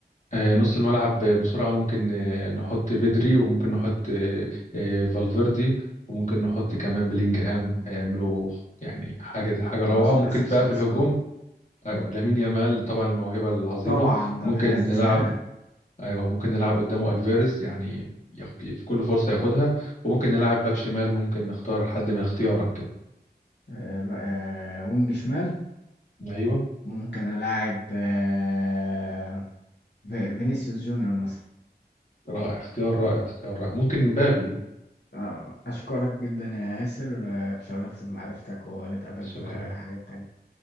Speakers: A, on the left (about 45°); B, on the left (about 75°).
A: آه، نص الملعب آه، بسرعة ممكن آه، نحط بدري وممكن نحط آه، آه، فالفيردي وممكن نحط كمان بلينجهام هيعملوا يعني حاجة حاجة روعة
B: اه ثلاثي
A: وممكن بقى
B: ثلاثي
A: في الهجوم
B: قوي
A: أيوة لامين يامال طبعا الموهبة العظيمة
B: طبعا ده
A: ممكن
B: بلا استثناء
A: نلعب أيوة ممكن نلعب قدامه ألفيرز يعني ياخ- في كل فرصة ياخدها وممكن نلعب باك شمال ممكن نختار حد من اختيارك كده
B: <laughs> آه بقى- آه، وينج شمال
A: أيوة
B: ممكن الاعب آه في- فينيسيوس جونيور مثلا
A: رائع اختيار رائع اختيار رائع ممكن مبابي
B: آه، أشكرك جدا يا ياسر آه، اتشرفت بمعرفتك ونتقابل
A: شكرا
B: في حاجات تانية